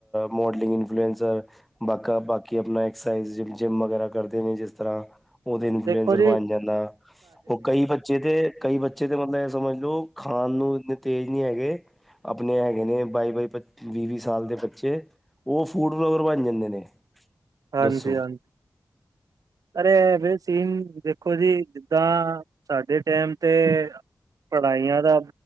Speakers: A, in the centre; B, on the right.
A: ਮੋਡਲਿੰਗ ਇਨਫਲੂਐਂਸਰ। ਬਾਕਾ ਬਾਕੀ ਆਪਣਾ ਐਕਸਰਸਾਈਜ਼, ਜਿੰਮ ਵਗੈਰਾ ਕਰਦੇ ਨੇ ਜਿਸ ਤਰ੍ਹਾਂ ਉਹਦੇ ਇਨਫਲੂਐਂਸਰ
B: ਦੇਖੋ ਜੀ
A: ਬਣ ਜਾਂਦਾ, ਉਹ ਕਈ ਬੱਚੇ ਤੇ ਕਈ ਬੱਚੇ ਤੇ ਮਤਲਬ ਇਹ ਸਮਝ ਲਓ ਆਣ ਨੂੰ ਇੰਨੇ ਤੇਜ਼ ਨੀ ਹੈਗੇ, ਆਪਣੇ ਹੈਗੇ ਨੇ ਬਾਈ-ਬਾਈ ਵੀਹ-ਵੀਹ ਸਾਲ ਦੇ ਬੱਚੇ। ਉਹ ਫੂਡ ਫਲੋਵਰ ਬਣ ਜਾਂਦੇ ਨੇ।
B: ਹਾਂਜੀ
A: ਦੱਸੋ
B: ਹਾਂਜੀ। ਅਰੇ ਐ ਵੈ ਸੀਨ ਦੇਖੋ ਜੀ, ਜਿੱਦਾਂ ਸਾਡੇ ਟੈਮ ਤੇ ਪੜ੍ਹਾਈਆਂ ਦਾ